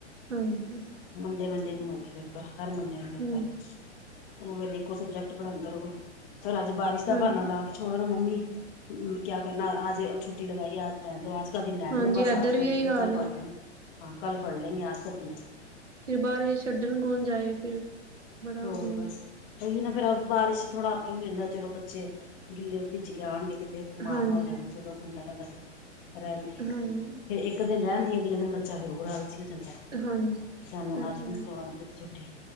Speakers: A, on the right; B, on the left.
A: ਹਾਂਜੀ
B: ਮੰਡੇ-ਮੰਡੇ ਨੂੰ ਹੋਏਗੇ ਪੇਪਰ, ਹਰ ਮੰਡੇ ਨੂੰ ਪੇਪਰ।
A: ਹਾਂਜੀ
B: ਉਹ ਫੇਰ ਇੱਕੋ ਸਬਜੈਕਟ ਪੜ੍ਹਾਂਦੇ ਰਵੂ, ਸਰ ਅੱਜ ਬਾਰਿਸ਼ ਦਾ
A: ਹਾਂਜੀ
B: ਬਾਨਾ ਲਾ ਕੇ ਛੜੋ ਨਾ ਮੰਮੀ, ਕਿਆ ਕਰਨਾ ਆਜ ਛੁੱਟੀ ਲਗਾਈਏ ਆਜ ਰੈਣ ਦੋ ਆਜ ਕਾ ਦਿਨ ਰੈਣ
A: ਹਾਂਜੀ
B: ਦੋ ਬਸ
A: ਇੱਧਰ
B: ਆਜ ਕਾ
A: ਵੀ
B: ਦਿਨ,
A: ਇਹੀ
B: ਫਿਰ
A: ਹਾਲ
B: ਕੱਲ
A: ਹੈ
B: ਪੜ੍ਹ ਲੈਂਗੇ, ਹਾਂ ਕੱਲ ਪੜ੍ਹ ਲੈਂਗੇ ਆਜ ਕਾ ਦਿਨ
A: ਫਿਰ ਬਾਦ ਵਿਚ, ਛੱਡਣ ਕੌਣ ਜਾਏ ਫਿਰ। ਬੜਾ
B: ਹਾ
A: ਹੋ ਜਾਂਦਾ
B: ਬਸ। ਔ ਵੀ ਨਾ ਫਿਰ ਬਾਰਿਸ਼ ਚ ਥੋੜ੍ਹਾ ਆਪੇ ਵੀ ਹੋ ਜਾਂਦਾ, ਚਲੋ ਬੱਚੇ ਗਿੱਲੇ ਭਿੱਜ ਕੇ ਆਣਗੇ ਕਿਤੇ ਬਿਮਾਰ
A: ਹਾਂਜੀ
B: ਨਾ ਹੋ ਜਾਣ, ਚਦੋਂ ਬੰਦਾ ਕੈਂਦਾ ਚਲੋ ਰੈਣ ਦੇ ਇੱਕ
A: ਹਾਂਜੀ
B: ਦਿਨ। ਜੇ ਇੱਕ ਦਿਨ ਰੈਣ ਦੀਏ, ਅਗਲੇ ਦਿਨ ਬੱਚਾ ਫੇਰ ਹੋਰ ਆਲਸੀ ਹੋ ਜਾਂਦਾਂ ਐ।
A: ਹਾਂਜੀ
B: ਸਾਨੂੰ
A: ਇਹ
B: ਅੱਜ
A: ਤੇ
B: ਵੀ
A: ਹੈ
B: ਕਰਵਾ ਦੋ, ਛੁੱਟੀ।